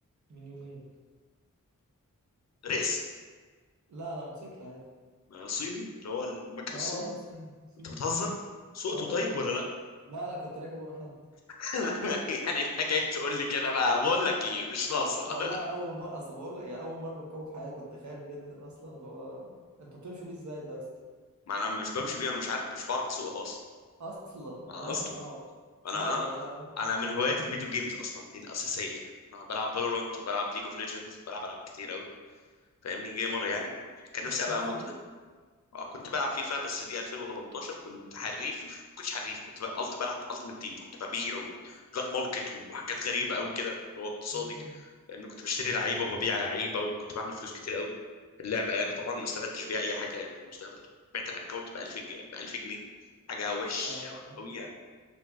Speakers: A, on the right; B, on the left.
A: من يومين
B: ريس
A: لا لا موتوسيكل عادي
B: آه، صيني اللي هو المكن
A: اه
B: الصيني
A: اه صيني صيني
B: انت بتهزر سوقته
A: اه والله
B: طيب ولا لا
A: لا لا كنت راكب ورا حد
B: <laughs> يعني انت جاي تقول لي كده بقى بقول لك ايه
A: آه،
B: مش ناقصه
A: والله اول مره اصل بقول لك يعني اول مره اركبه في حياتي كنت خايف جدا اصلا اللي هو انتوا بتمشوا بيه ازاي ده يا اسطى
B: <laughs> ما انا مش بمشي بيه انا مش عارف مش بعرف اسوقها اصلا
A: اصلا
B: ما
A: لا
B: اصلا
A: لا صعب
B: انا
A: صعب
B: انا
A: والله قوي
B: انا من هوايات الفيديو جيمز اصلا دي الاساسيه يعني انا بلعب فالورانت وبلعب ليج اوف ليجندز بلعب العاب كتير قوي فاهمني جيمر يعني كان
A: كنت
B: نفسي
A: بتلعب
B: ابقى
A: فيفا
B: مط... آه، كنت بلعب فيفا بس دي 2018 كنت حريف ما كنتش حريف كنت ب... قلت بلعب التيم تيم كنت ببيع وبلاك ماركت وحاجات غريبه قوي كده اللي هو اقتصادي
A: امم
B: لان كنت بشتري لعيبه وببيع لعيبه وكنت بعمل فلوس كتير قوي في اللعبه يعني طبعا ما استفدتش بيها اي حاجه يعني في المستقبل بعت الاكونت ب 1000 ب 1000 جنيه حاجه وحش
A: ده
B: قوي